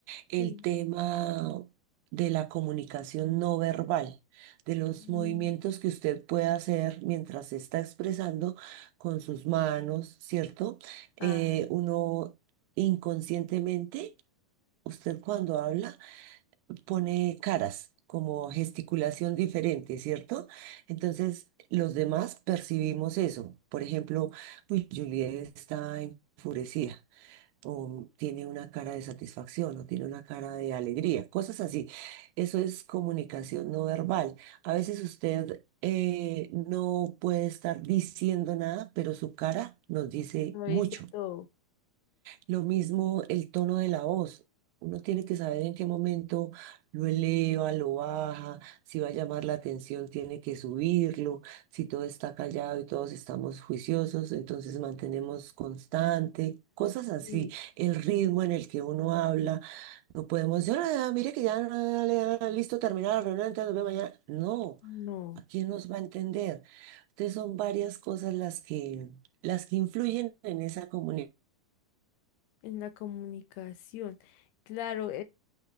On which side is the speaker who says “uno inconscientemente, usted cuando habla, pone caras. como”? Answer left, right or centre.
Right